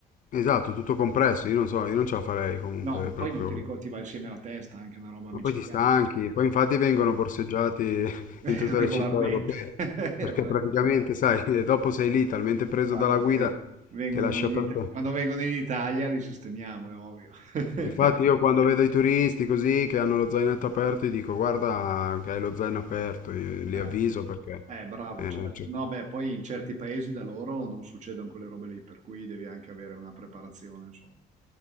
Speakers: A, on the left; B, on the right.
A: Esatto, tutto compresso, io non so, io non ce la farei comunque
B: No, ma poi
A: proprio...
B: non ti ricordi, ti va insieme la testa, anche una roba
A: Ma
B: micidiale.
A: poi ti stanchi, poi infatti
B: Sì,
A: vengono
B: sì,
A: borseggiati <laughs>
B: <laughs>
A: in tutte
B: regolarmente.
A: le città europee,
B: <laughs> Eh,
A: perché
B: Vabbè,
A: praticamente,
B: certo.
A: sai, <laughs> dopo sei lì talmente preso
B: Quando
A: dalla guida
B: poi vengono
A: che lasci
B: in
A: aperto...
B: Ita- quando vengono in Italia li sistemiamo, è ovvio. <laughs>
A: Infatti io quando vedo i turisti così che hanno lo zainetto aperto, gli dico guarda che hai lo zaino aperto, io li
B: Eh,
A: avviso perché...
B: eh, bravo,
A: Eh,
B: certo.
A: cioè-
B: No, beh, poi in certi paesi da loro non succedono quelle robe lì, per cui devi anche avere una preparazione, insomma.